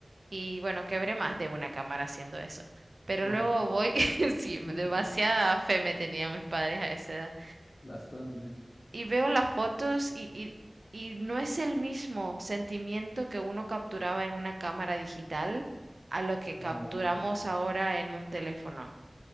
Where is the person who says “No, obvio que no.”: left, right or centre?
Left